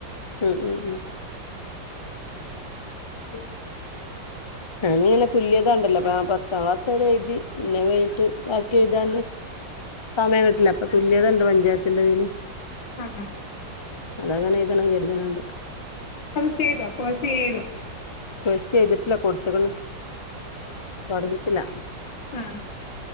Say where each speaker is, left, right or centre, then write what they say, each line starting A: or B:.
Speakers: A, on the left; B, on the left.
A: ഉം ഉം ഉം
B: <inaudible>
A: ഞാന് ഇങ്ങനെ തുല്യത ണ്ടല്ലോ പത്താം ക്ലാസ് വരേ എഴുതി പിന്നെ അയ് കഴിഞ്ഞിട്ട് ബാക്കി എഴുതാന് സമയം കിട്ടില്ല അപ്പൊ തുല്യത ഇണ്ട് പഞ്ചായത്തിന്റെതില്.
B: ആ ഹാ.
A: അതങ്ങനെ എയ്തണം കരുത്ണ് ണ്ട്.
B: അത് ചെയ്തോ കോഴ്സ് ചെയ്തൊ?
A: കോഴ്സ് ചെയ്തിട്ടില്ല കൊടുത്ത്ക്ക്ണ് തൊടങ്ങീട്ടില്ല.
B: ആ.